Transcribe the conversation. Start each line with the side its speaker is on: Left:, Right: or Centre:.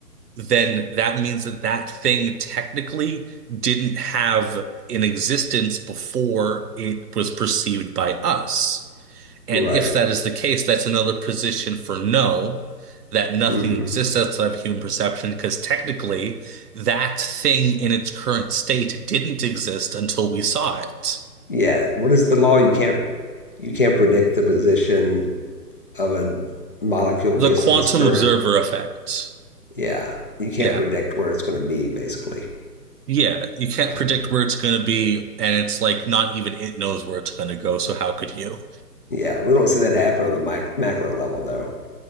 Right: then that means that that thing technically didn't have an existence before it was perceived by us. And
Left: Right.
Right: if that is the case, that's another position for no, that nothing
Left: hmm
Right: exists outside of human perception, because technically that thing in its current state didn't exist until we saw it.
Left: Yeah. What is the law? You can't you can't predict the position of a molecule
Right: The
Left: based
Right: quantum
Left: on its current.
Right: observer effect.
Left: Yeah. You can't
Right: Yeah.
Left: predict where it's going to be, basically.
Right: Yeah. You can't
Left: Okay.
Right: predict where it's going to be, and it's like not even it knows where it's going to go, so how could you?
Left: Yeah. We don't see that happen on the mic macro level, though.